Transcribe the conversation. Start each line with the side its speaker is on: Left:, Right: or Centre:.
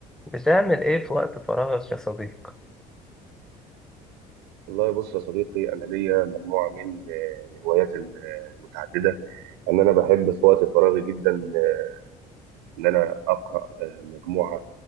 Centre: بتعمل ايه في وقت فراغك يا صديق؟
Right: والله بص يا صديقي انا ليا مجموعه من آه، الهوايات ال- آه، المتعدده ان انا بحب في وقت فراغي جدا آه، ان انا اقرا آه، مجموعه